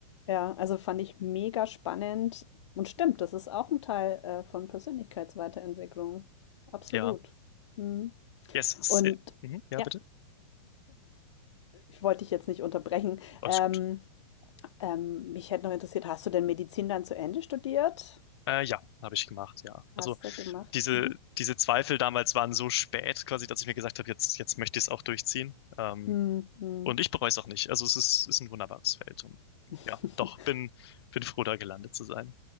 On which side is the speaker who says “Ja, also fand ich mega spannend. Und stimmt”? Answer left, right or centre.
Left